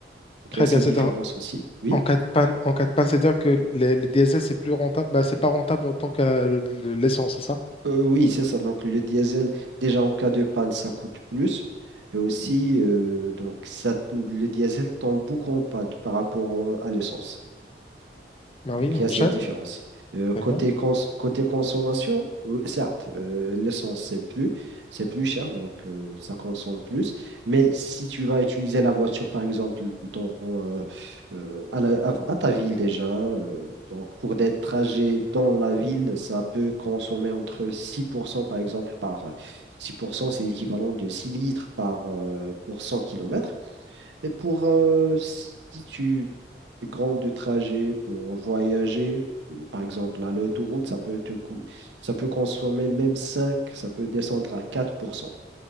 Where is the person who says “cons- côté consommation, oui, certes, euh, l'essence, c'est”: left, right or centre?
Right